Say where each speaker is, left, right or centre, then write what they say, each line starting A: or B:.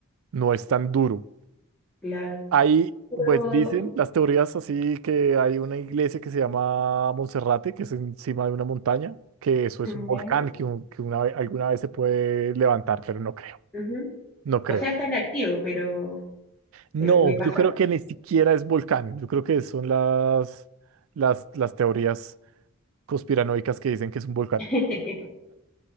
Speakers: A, on the right; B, in the centre.
A: no es tan duro.
B: claro.
A: Ahí,
B: Pero,
A: pues dicen las teorías así que hay una iglesia que se llama Monserrate, que es encima de una montaña, que eso es
B: mm,
A: un volcán que, un- que una ve- alguna vez se puede levantar, pero no creo,
B: ya, ujú.
A: no creo.
B: O sea, está en activo, pero,
A: No,
B: pero puede pasar.
A: yo creo que ni siquiera es volcán, yo creo que son las, las, las teorías conspiranoicas que dicen que es un volcán.
B: <laughs>